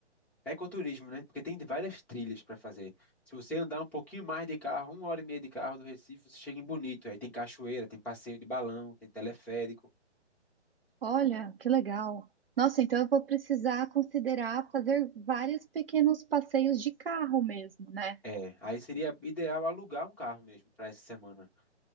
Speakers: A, in the centre; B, on the right.
A: ecoturismo, né? Porque tem várias trilhas para fazer. Se você andar um pouquinho mais de carro, uma hora e meia de carro do Recife, você chega em Bonito. Aí tem cachoeira, tem passeio de balão, tem teleférico.
B: Olha, que legal. Nossa, então eu vou precisar considerar fazer vários pequenos passeios de carro mesmo, né?
A: É, aí seria ideal alugar um carro mesmo para essa semana.